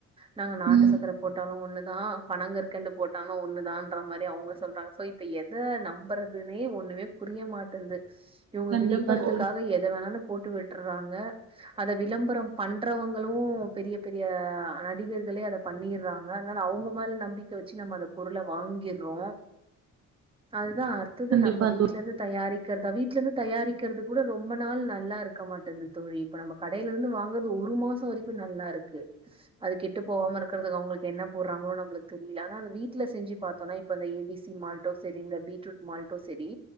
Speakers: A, on the right; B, on the right.
A: நாங்க நாட்டு
B: ம்
A: சக்கர போட்டாலு ஒண்ணு தா பணங் கற்கண்டு போட்டாலு ஒண்ணுதான்ற மாரி அவங்க சொல்றாங்க சோ இப்ப எத நம்புறதுனே ஒண்ணுமே புரிய மாட்டேங்குது இவங்க
B: கண்டிப்பா
A: விளம்பரத்துக்காக
B: தோழி
A: எத வேணாலு போட்டு விட்டுறாங்க அத விளம்பரம் பண்றவங்களு உ பெரிய பெரிய நடிகர்களே அத பண்ணிறாங்க அதனால அவங்க மேல நம்பிக்க வச்சு நம்ம அந்த பொருள வாங்கிறோ அது அதா அடுத்தது
B: கண்டிப்பா
A: நம்ம வீட்டுல
B: தோழி
A: இருந்து தயாரிக்கிறதாவே வீட்ல இருந்து தயாரிக்கிறது கூட ரொம்ப நாள் நல்லா இருக்க மாட்டேங்குது தோழி இப்ப நம்ம கடையில இருந்து வாங்குறது ஒரு மாச வரைக்கு நல்லா இருக்கு அது கெட்டு போகாம இருக்கிறதுக்கு அவங்க என்ன போடுறாங்கலோ நமளுக்கு தெரியல ஆனா வீட்டுல செஞ்சு பாத்தோம்னா இப்ப ஏபிசி மால்ட்டோ சேரி இந்த பீட்ரூட் மால்ட்டோ சேரி